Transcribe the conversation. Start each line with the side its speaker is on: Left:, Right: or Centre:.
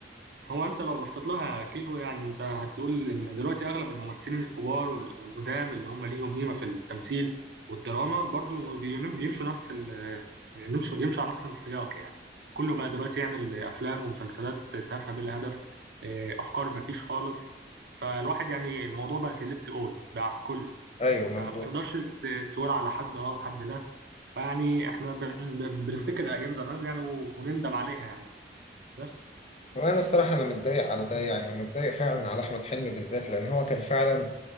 Right: هو انت لو بصيت لها يا كيرو يعني انت هتقول ان دلوقتي اغلب الممثلين الكبار وال- والقدام اللي هم ليهم قيمه في التمثيل والدراما برضو بينم- يمشوا نفس ال يمشوا يمشوا على نفس السياق يعني كله بقى دلوقتي يعمل افلام ومسلسلات تافهه بلا هدف اه، افكار ما فيش خالص فالواحد يعني الموضوع بقى سيلبت اول بقى على الكل
Left: ايوه مظبوط
Right: يعني ما تقدرش ت- تقول على حد اه وحد لا فيعني احنا بن- بنفتكر ايام زمان يعني و- ونندم عليها يعني بس
Left: وانا الصراحه انا متضايق على ده يعني متضايق فعلا على احمد حلمي بالذات لان هو كان فعلا